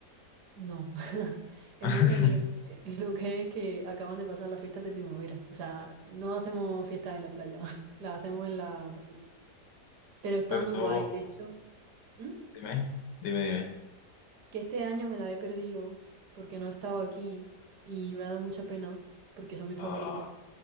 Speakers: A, on the right; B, on the left.
A: No, <laughs> en
B: <laughs>
A: Murcia, mira, <laughs> porque lo que es que acaban de pasar las fiestas de primavera. O sea, no hacemos fiestas en la playa, <laughs> las hacemos en la capital. Pero está
B: Pero
A: muy
B: tú,
A: guay, de hecho. ¿Mm?
B: dime, dime, dime.
A: que este año me la he perdido porque no estaba aquí y me ha dado mucha pena porque son mis
B: Ah,
A: favoritas.